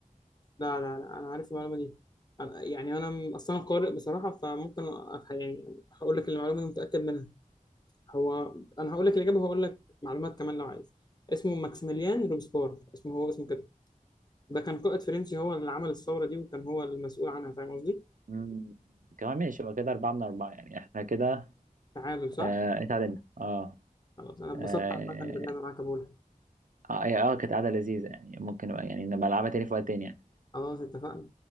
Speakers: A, on the left; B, on the right.
A: لا لا لا أنا عارف المعلومة دي أنا- يعني أنا م- أصلا قارئ بصراحة فممكن أ- يعني هقول لك المعلومة دي متأكد منها هو انا هقول لك الاجابه وهقول لك معلومات كمان لو عايز اسمه ماكسيميليان روبسبور اسمه هو اسمه كده ده كان قائد فرنسي هو اللي عمل الثوره دي وكان هو المسؤول عنها فاهم قصدي
B: مم. كمان ماشي يبقى كده أربعة من أربعة يعني احنا كده
A: تعادل صح
B: آه اتعادلنا اه
A: خلاص انا اتبسطت
B: اه,
A: عامه باللعب معاك يا بولا
B: آه, آه كانت قعدة لذيذة يعني ممكن يعني نبقى نلعبها تاني في وقت تاني يعني.
A: خلاص اتفقنا